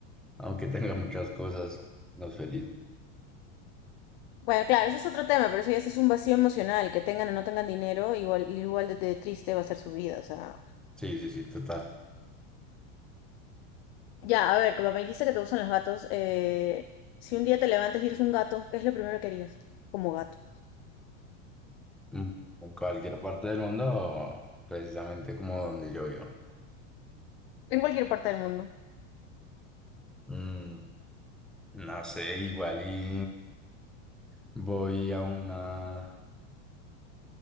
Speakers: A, in the centre; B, on the left (about 55°).
A: aunque tenga muchas cosas, no es feliz.
B: Bueno, claro, ese es otro tema, pero eso ya ese es un vacío emocional, que tengan o no tengan dinero, igual, igual de de triste va a ser su vida, o sea.
A: Sí, sí, sí, total.
B: Ya, a ver, como me dijiste que te gustan los gatos, eh, si un día te levantas y eres un gato, ¿qué es lo primero que harías como gato?
A: Mm. En cualquier parte del mundo, precisamente como donde yo vivo.
B: En cualquier parte del mundo.
A: Mm, no sé, igual y voy a una